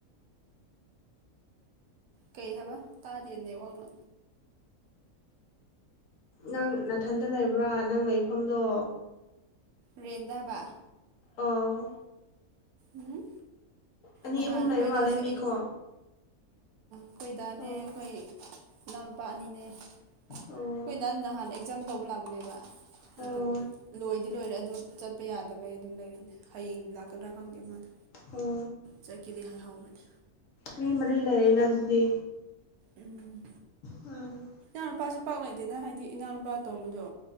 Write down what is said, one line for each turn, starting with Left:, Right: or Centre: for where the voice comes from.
Right: ꯀꯩ ꯍꯥꯏꯕ ꯇꯥꯗꯦꯅꯦ ꯋꯥꯡꯅ
Left: ꯅꯪ ꯅꯥꯊꯟꯗ ꯂꯩꯕ꯭ꯔꯥ ꯅꯪ ꯂꯩꯐꯝꯗꯣ
Right: ꯔꯦꯟꯗꯥꯕ
Left: ꯑꯣ
Right: ꯎꯝ
Left: ꯑꯅꯤ
Right: ꯅꯍꯥꯟ
Left: ꯑꯍꯨꯝ
Right: ꯑꯩꯈꯣꯏ
Left: ꯂꯩꯕ ꯃꯥꯜꯂꯦ
Right: ꯗꯥꯁꯨ
Left: ꯃꯤꯀꯣ
Right: ꯑꯩꯈꯣꯏꯗꯥꯅꯦ
Left: ꯑꯣ
Right: ꯑꯩꯈꯣꯏ ꯏꯅꯥꯎꯅꯨꯄꯥ ꯑꯅꯤꯅꯦ ꯑꯩꯣꯏꯗꯥ
Left: ꯑꯣ
Right: ꯅꯍꯥꯟ ꯑꯦꯛꯖꯥꯝ ꯇꯧꯕ ꯂꯥꯛꯄꯅꯦꯕ
Left: ꯑꯣ
Right: ꯑꯗꯨ ꯂꯣꯏꯗꯤ ꯂꯣꯏꯔꯦ ꯑꯗꯨ ꯆꯠꯄ ꯌꯥꯗꯕꯩ ꯑꯗꯨꯝ ꯂꯩꯔꯤꯅꯦ ꯍꯌꯦꯡ ꯂꯥꯛꯀꯗ꯭ꯔꯥ ꯐꯪꯗꯦ ꯃꯥꯗ
Left: ꯑꯣ
Right: ꯆꯠꯀꯤꯗꯤꯍꯜ ꯍꯧꯕꯅꯦ
Left: ꯃꯤ ꯃꯔꯤ ꯂꯩꯔꯅ ꯑꯗꯨꯗꯤ
Right: ꯎꯝ
Left: ꯎꯝ
Right: ꯏꯅꯥꯎꯅꯨꯄꯥꯁꯨ ꯄꯥꯛ ꯂꯩꯇꯦꯗ ꯍꯥꯏꯗꯤ ꯏꯅꯥꯎꯅꯨꯄꯥ ꯑ ꯇꯧꯕꯗꯣ